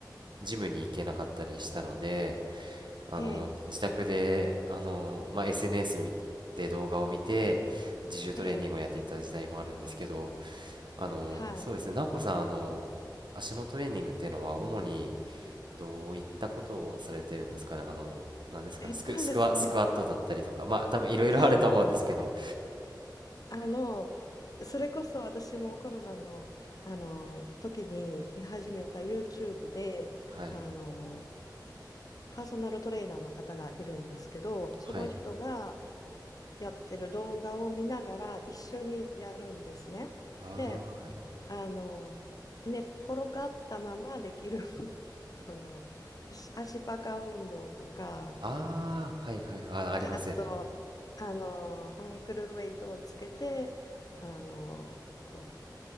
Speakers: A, on the right; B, on the left.
A: ジムに行けなかったりしたので、あの、
B: ええ、
A: 自宅で、あの、まあ、SNS 見てで動画を見て、自重トレーニングをやっていた時代もあるんですけど、
B: ええ、
A: あの、
B: はい。
A: そうですね。直子さん、あの、足のトレーニングっていうのは、主に、どういったことをされてるんですかね、あの、なんですかね、
B: <laughs> えっとですね。
A: スク、スクワ、スクワットだったりとか、まあ、多分いろいろあると思うんですけど、
B: いや、あの、それこそ私もコロナの、あの時に見始めた YouTube で、
A: はい、
B: あの、パーソナルトレーナーの方がいるんですけど、その人が
A: はい、
B: やってる動画を見ながら一緒にやるんですね。
A: ああ、
B: で、
A: はい、
B: あの、寝っ転がったままできる <laughs> あの、足、足パカ運動とか、
A: ああ、はい、はい、あ、ありますよね。
B: あと、あの、アンクルウェイトをつけて、あの、こ